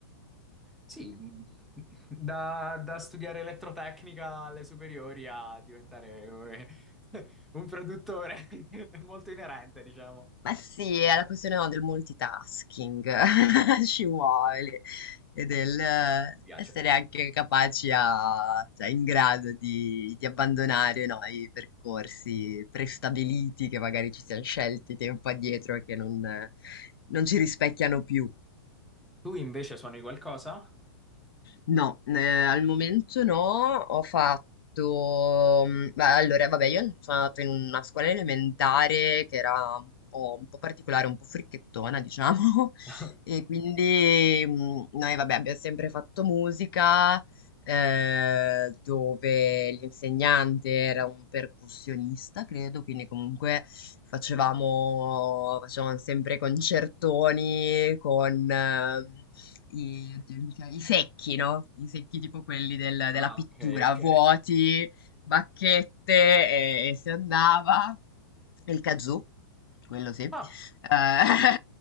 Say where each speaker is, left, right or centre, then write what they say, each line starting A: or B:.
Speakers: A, in the centre; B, on the left (about 75°).
A: Sì, <laughs> mh, da, da studiare elettrotecnica alle superiori a diventare un, <laughs> un produttore <laughs> è molto inerente, diciamo.
B: Ma sì, è la questione, no, del multitasking, <laughs> ci vuole, e del eh,
A: Mi piace.
B: essere anche capaci a, cioè in grado di, di abbandonare, no, i percorsi prestabiliti che magari ci siamo scelti tempo addietro e che non, non ci rispecchiano più.
A: Tu invece suoni qualcosa?
B: No, eh, al momento no, ho fatto... mh, beh, allora, vabbè, io sono andata in una scuola elementare che era un po', un po' particolare, un po' fricchettona, diciamo,
A: <laughs>
B: <laughs> e quindi mh, noi, vabbè, abbiamo sempre fatto musica, eh, dove l'insegnante era un percussionista, credo, quindi comunque facevamo, facevamo sempre concertoni con eh, i, oddio, mi chiama- i secchi, no? I secchi tipo quelli del-
A: Ah,
B: della pittura,
A: ok, ok.
B: vuoti, bacchette e, e si andava. E il kazoo, quello sì. Eh,
A: Ah,
B: <laughs>